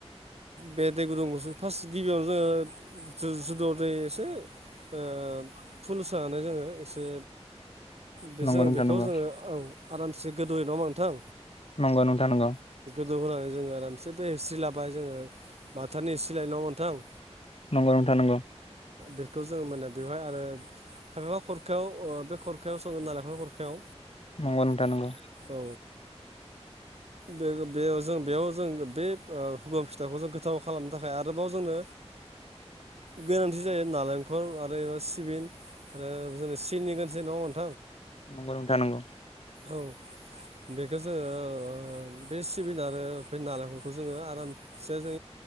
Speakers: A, on the right; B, on the left.
A: बे दै गुदुंखौसो फार्स्ट गिबियावनो जोङो जुदु जुदुआव ब्रै एसे ओ फुल सानै जोङो एसे बे
B: नंगौ
A: जोङो
B: नोंथां
A: बेखौ
B: नंगौ
A: जोङो औ आरामसे गोदौयै नङा ओमबा नोंथां
B: नंगौ नोंथां नंगौ
A: गोदौ होनानै जोङो आरामसे बे हिस्रि लाबाय जोङो माथानि हिस्रि लायो नङा ओमबा नोंथां औ
B: नंगौ नोंथां नंगौ नोंथां नंगौ
A: बेखौ जों माने बेवहाय आरो खायफा खरखायाव ओ बे खर खरखायाव सङो नालेखरनि खरखायाव
B: नंगौ नोंथां नंगौ
A: औ बे बेयाव जों बेयाव जों बे हुगुमा फिथाखौ जों गोथाव खालामनो थाखाय आरोबाव जोंनो गोनांथि जायो नारेंखल आरो एबा सिबिन आरो जों सिनि गोनांथि नङा ओमबा
B: नंगौ नोंथां नंगौ
A: औ बेखौ जोङो बे सिबिन आरो बे नालेंखरखौ जोङो आरामसे जो